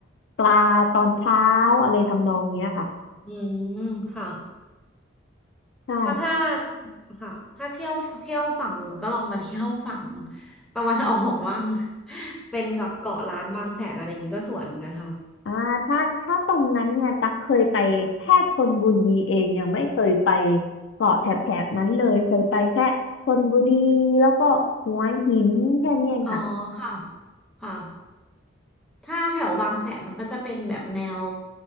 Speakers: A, on the left; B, in the centre.
A: ปลาตอนเช้าอะไรทำนองเนี้ยค่ะ
B: อืมค่ะ
A: ใช่
B: เพราะถ้าค่ะถ้าเที่ยวเที่ยวฝั่งนู้นก็ลองมาเที่ยวฝั่ง <laughs> ตะวันออกบ้าง <laughs> เป็นกับเกาะล้านบางแสนอะไรอย่างงี้ก็สวยเหมือนกันค่ะ
A: อ่าถ้าถ้าตรงนั้นเนี่ย ตักเคยไปแค่ชลบุรีเอง ยังไม่เคยไปเกาะแถบแถบนั้นเลย เคยไปแค่ชลบุรีแล้วก็หัวหินแค่นี้เองค่ะ
B: อ๋อค่ะค่ะ ถ้าแถวบางแสนมันก็จะเป็นแบบแนว